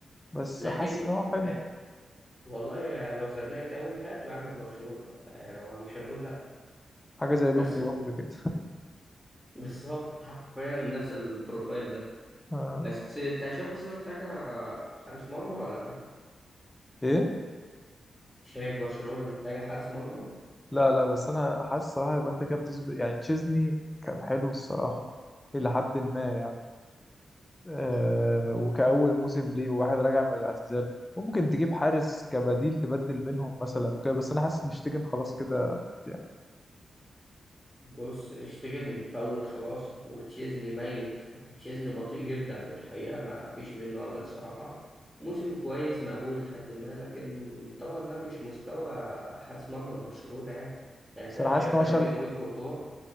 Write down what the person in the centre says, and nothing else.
لكن
آه والله يا- لو زنقت قوي هاتوا يا عم في برشلونة يعني هو مش هنقول لا
بس
<laughs>
بالظبط حرفيا نفس البروفايل ده
بس انت شايف برشلونة محتاجة حارس مرمى ولا لا؟
شايف برشلونة محتاجة حارس مرمى؟
آه.
بص اشتيجن فوت خلاص وتشيزني ميت تشيزني بطيء جدا الحقيقة ما فيش منه أمل الصراحة موسم كويس مقبول لحد ما لكن طبعا ده مش مستوى حارس مرمى برشلونة يعني يعني
انت
شايف
فرق
بينه وبين كورتوا